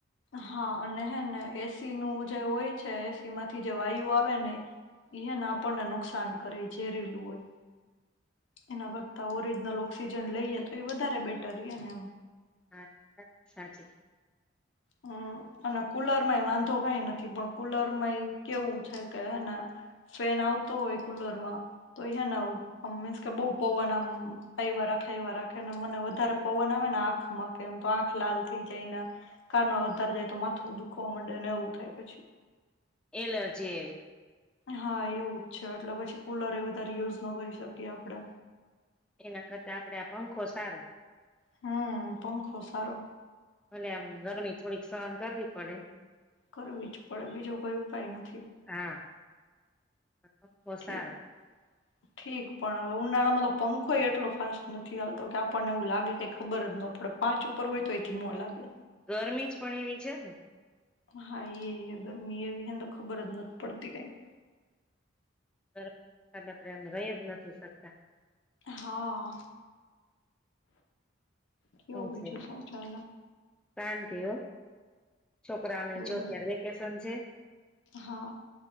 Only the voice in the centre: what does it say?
<unintelligible> સાચી
એલે જે
એના કરતા આપડે આ પંખો સારો
ભલે આમ ગરમી થોડીક સહન કરવી પડે
હા પંખો
સારો
ગરમી જ પણ એવી છે ને.
<unintelligible> આપણે આમ રહી જ નથી શકતા.
હું
છે
શાંતિ હો. છોકરાઓને
જો અત્યારે વેકેશન છે.